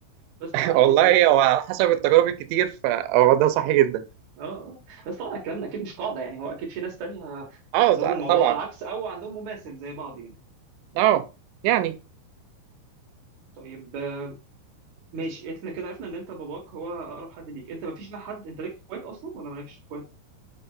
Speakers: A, on the right (about 65°); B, on the right (about 80°).
A: بس طبعا
B: <laughs>
A: اكيد
B: والله هو على حسب التجارب الكتير فهو ده صح جدا
A: اه آه. بس طبعا الكلام اكيد مش قاعده يعني هو اكيد في ناس تانية
B: اه
A: عندهم
B: ط-
A: الموضوع
B: طبعا
A: على العكس او عندهم مماثل زي بعض يعني
B: اه يعني
A: طيب آه، ماشي احنا كده عرفنا ان انت باباك هو اقرب حد ليك انت مفيش بقى حد انت ليك اخوات اصلا ولا مالكش اخوات